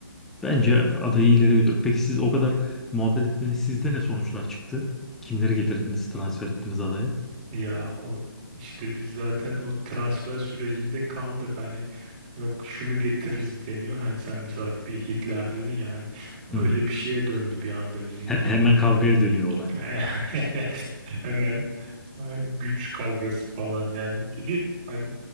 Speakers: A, in the centre; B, on the right.
A: Bence adayı ileri götür. Peki siz o kadar muhabbet ettiniz. Sizde ne sonuçlar çıktı? Kimleri getirdiniz, transfer ettiniz adaya?
B: Ya o işte biz zaten o transfer sürecinde kaldık hani yok şunu getiririz deniyor. Hani sen mesela bir Hitler dedin ya hani öyle
A: Hmm.
B: bir şeye döndü bir anda bizimki.
A: He- hemen kavgaya dönüyor olay.
B: <laughs> Hemen ay, güç kavgası falan yani. Bir de hani